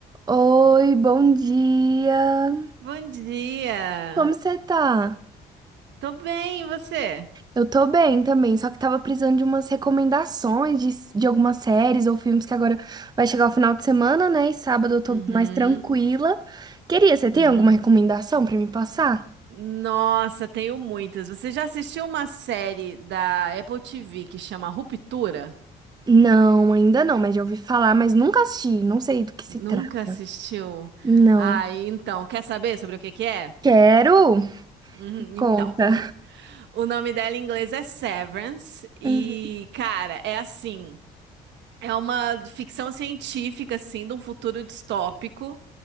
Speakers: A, on the right; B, on the right.
A: Oi, bom dia.
B: Bom dia.
A: Como você tá?
B: Tô bem, e você?
A: Eu tô bem também, só que tava precisando de umas recomendações de, de algumas séries ou filmes que agora vai chegar o final de semana, né? E sábado eu tô
B: Uhum,
A: mais tranquila. Queria, você
B: uhum.
A: tem alguma recomendação pra me passar?
B: Nossa, tenho muitas. Você já assistiu uma série da Apple TV que chama Ruptura?
A: Não, ainda não, mas já ouvi falar, mas nunca assisti, não sei do que se
B: Nunca
A: trata.
B: assistiu?
A: Não.
B: Ah, então, quer saber sobre o que que é?
A: Quero?
B: Uhum,
A: Me conta.
B: Então, o, o nome dela em inglês é Severance e,
A: Uhum.
B: cara, é assim. É uma ficção científica, assim, de um futuro distópico,